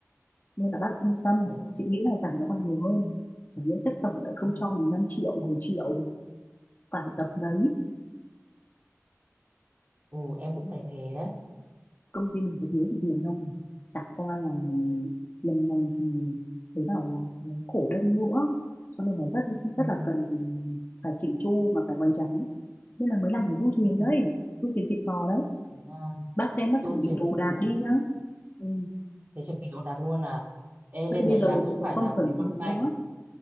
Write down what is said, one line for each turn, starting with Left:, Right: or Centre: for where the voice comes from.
Left: Nên là bác yên tâm,
Right: trời
Left: chị nghĩ là rằng nó còn nhiều hơn. Chẳng lẽ sếp tổng lại không
Right: ừ.
Left: cho mình 5 triệu, 10 triệu, phải tập đấy.
Right: ừ em cũng thấy thế đấy
Left: Công ty mình có thiếu gì tiền đâu mà. Chả qua là lần này thì thấy bảo là cổ đông nữa. Cho nên là rất rất
Right: ừ.
Left: là cần phải chỉnh chu mà phải hoành tráng. Nên là mới làm ở du thuyền
Right: em
Left: đấy, du thuyền xịn sò đấy.
Right: thấy, à,
Left: Bác xem bác
Right: du
Left: chuẩn bị
Right: thuyền
Left: đồ
Right: xịn
Left: đạc
Right: sò
Left: đi nhá. Ừ.
Right: thế chuẩn bị đồ đạc luôn à ê
Left: Thế
Right: lên
Left: thì bây
Right: đấy
Left: giờ
Right: là
Left: mình
Right: cũng
Left: còn
Right: phải
Left: không
Right: làm
Left: chuẩn
Right: mấy con
Left: bị nữa
Right: ảnh